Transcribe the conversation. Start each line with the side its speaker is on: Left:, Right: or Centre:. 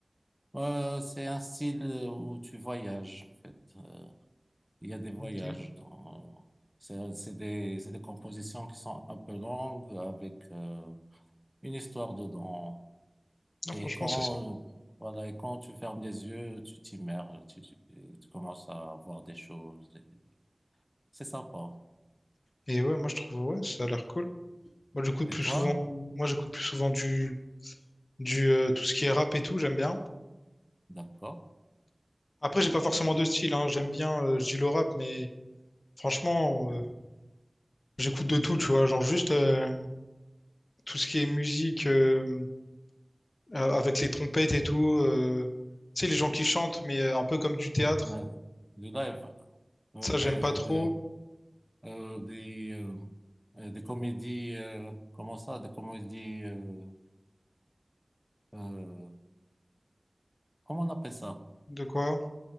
Centre: Euh, c'est un style où tu voyages, en fait. Euh, Il y a des voyages
Left: Ok.
Centre: dans, c'est, c'est des, c'est des compositions qui sont un peu longues avec euh, une histoire dedans.
Left: Non,
Centre: Et
Left: franchement,
Centre: quand,
Left: c'est ça.
Centre: voilà, et quand tu fermes les yeux, tu t'immerges, tu, tu- tu commences à voir des choses. Et C'est sympa.
Left: Et ouais, moi, je trouve, ouais, ça a l'air cool. Moi, j'écoute
Centre: Et
Left: plus
Centre: toi?
Left: souvent. Moi, j'écoute plus souvent du. Du, euh, tout ce qui est rap et tout, j'aime bien.
Centre: D'accord.
Left: Après, j'ai pas forcément de style, hein. J'aime bien, euh, je dis le rap, mais Franchement, euh, j'écoute de tout, tu vois, genre juste euh, tout ce qui est musique euh, euh, avec les trompettes et tout. euh, tu sais, les gens qui chantent, mais euh, un peu comme du théâtre.
Centre: Mais du live, euh,
Left: Ça,
Centre: mais
Left: j'aime pas trop.
Centre: de- euh, des, euh, euh, des comédies, euh, comment ça, des comédies, euh, euh, comment on appelle ça?
Left: De quoi?